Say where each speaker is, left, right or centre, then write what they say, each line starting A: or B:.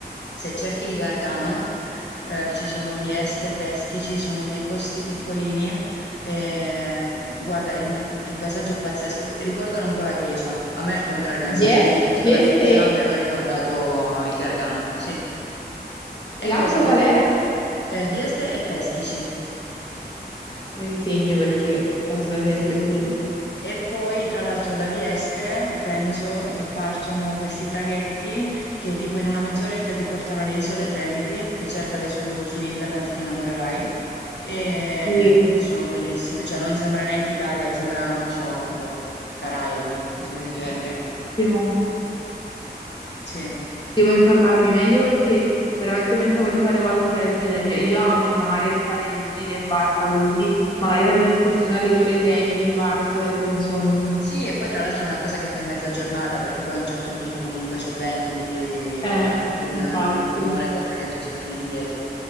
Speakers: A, on the left (about 80°); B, on the left (about 25°).
A: Se cerchi il Gargano, eh, ci sono Vieste, Peschici, sono dei posti piccolini Ehm, guarda, il, il- il paesaggio è pazzesco. Ricordano un po' la Grecia. A me è il contrario, nel
B: Vies-
A: senso che quando ho visto
B: Vieste?
A: la Grecia mi hanno ricordato il Gargano, sì. E
B: L'altro
A: costano
B: qual era?
A: eh, Vieste e Peschici.
B: Me li segno perché possono sempre
A: Sì.
B: servire.
A: E poi tra l'altro da Vieste penso che partono questi traghetti che tipo in una mezz'oretta ti portano alle Isole Tremiti, che cercale su, su internet ti innamorerai, e
B: Sì.
A: che sono bellissime, cioè non sembra neanche Italia, sembra, non lo so, boh, Caraibi, qualcosa del genere.
B: Ottimo.
A: Sì.
B: Devo informarmi meglio perché veramente pensavo di fare qualcosa del genere. Cioè, io amo il mare, e fare gite in barca, quindi magari fare un'escursione alle Isole Tremiti in barca sarebbe un sogno.
A: Sì, e poi tra l'altro è una cosa che fai in mezza giornata perché poi a un certo punto comunque c'è vento, quindi il-
B: Eh,
A: con,
B: infatti,
A: con il gommone, col traghetto si torna indietro.